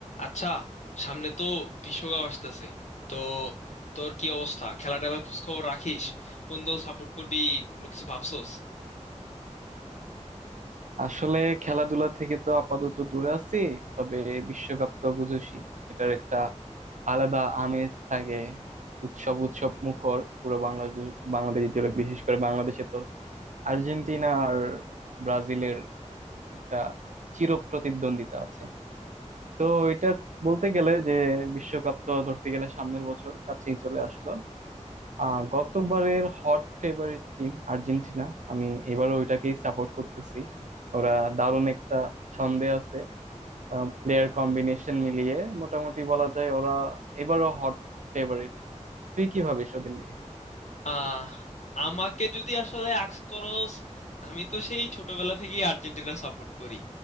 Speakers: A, on the left; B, on the right.
A: আচ্ছা সামনে তো বিশ্বকাপ আসতেছে তো তোর কি অবস্থা খেলা টেলার খোঁজ খবর রাখিস কোন দল সাপোর্ট করবি কোনো কিছু ভাবছোস
B: আসলে খেলাধুলা থেকে তো আপাতত দূরে আছি তবে বিশ্বকাপ তো বুঝোসই এটার একটা আলাদা আমেজ থাকে উৎসব উৎসব মুখর পুরো বাংলাদেশ বাংলাদেশ জুড়ে বিশেষ করে বাংলাদেশে তো আর্জেন্টিনা আর ব্রাজিলের একটা চিরপ্রতিদ্বন্দ্বিতা আছে তো এটা বলতে গেলে যে বিশ্বকাপ তো ধরতে গেলে সামনের বছর কাছেই চলে আসলো আহ গতবারের হট ফেভারিট টিম আর্জেন্টিনা আমি এবারও ওইটাকেই সাপোর্ট করতেছি ওরা দারুণ একটা ছন্দে আছে প্লেয়ার কম্বিনেশন মিলিয়ে মোটামুটি বলা যায় ওরা এবারও হট ফেভারিট তুই কি ভাবিস ওদের নিয়ে
A: আহ আমাকে যদি আসলে আক্স করস আমি তো সেই ছোটবেলা থেকেই আর্জেন্টিনা সাপোর্ট করি